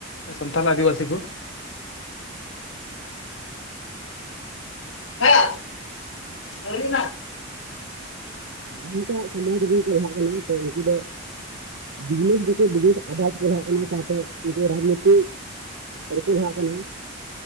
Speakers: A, on the left (about 70°); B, on the right (about 80°).
A: ᱥᱟᱱᱛᱷᱟᱞ ᱟᱫᱤᱵᱟ. ᱥᱤ ᱠᱚ, ᱦᱮᱸ ᱦᱳᱭ ᱮᱱᱟ?
B: ᱡᱟᱦᱟᱸ ᱞᱮᱠᱟᱱᱟᱜ ᱥᱚᱢᱟᱡᱽ ᱨᱮᱱ ᱠᱚ ᱞᱟᱦᱟᱜ ᱠᱟᱱᱟ ᱛᱚ ᱩᱱᱠᱩ ᱫᱚ
A: <inaudible>
B: ᱵᱤᱡᱽᱱᱮᱥ ᱫᱚᱠᱚ ᱵᱤᱡᱽᱱᱮᱥ ᱟᱫᱷᱟᱛ ᱯᱟᱲᱦᱟᱜ ᱠᱟᱱᱟ ᱥᱟᱶᱛᱮ ᱩᱱᱠᱩ ᱨᱟᱡᱽᱱᱳᱭᱛᱤᱠ ᱟᱨᱠᱳ ᱞᱟᱦᱟᱜ ᱠᱟᱱᱟ,